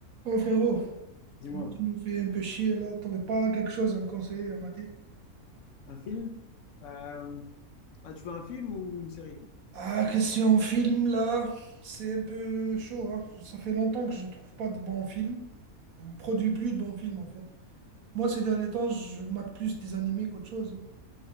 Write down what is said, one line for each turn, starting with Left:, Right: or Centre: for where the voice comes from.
Right: Oh frérot,
Left: Dis-moi,
Right: tu me fais un peu chier là, t'aurais pas quelque chose à me conseiller à mater?
Left: un film? Euh, Ah, tu veux un film ou une série?
Right: Ah, question film là, c'est un peu chaud, hein. Ça fait longtemps que je trouve pas de bons films. On produit plus de bons films en fait. Moi ces derniers temps, je mate plus des animés qu'autre chose. hein.